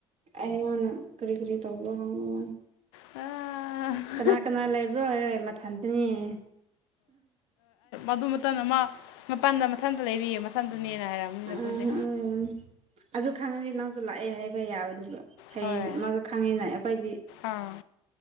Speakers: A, on the right (about 40°); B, on the left (about 60°).
A: ꯑꯩꯉꯣꯟꯅ ꯀꯔꯤ ꯀꯔꯤ ꯇꯧꯕ ꯍꯪꯉꯣ
B: ꯑꯣ
A: ꯀꯅꯥ ꯀꯅꯥ ꯂꯩꯕ꯭ꯔꯣ ꯍꯥꯏꯔꯦ ꯃꯊꯟꯇꯅꯤꯌꯦ
B: ꯑꯗꯨ ꯃꯇꯝ ꯃꯥ ꯃꯄꯥꯜꯗ ꯃꯊꯟꯇ ꯂꯩꯔꯤꯌꯦ ꯃꯊꯟꯇꯅꯦꯅ ꯍꯥꯏꯔꯝꯅꯤꯅ
A: ꯎꯝ
B: ꯑꯩꯈꯣꯏꯗꯤ
A: ꯑꯗꯨ ꯈꯪꯉꯗꯤ ꯅꯪꯁꯨ ꯂꯥꯛꯑꯦ ꯍꯥꯏꯕ ꯌꯥꯕꯗꯨꯕ ꯐꯩ
B: ꯍꯣꯏ
A: ꯃꯥꯁꯨ ꯈꯪꯉꯤꯅ ꯑꯩꯈꯣꯏꯗꯤ
B: ꯑꯥ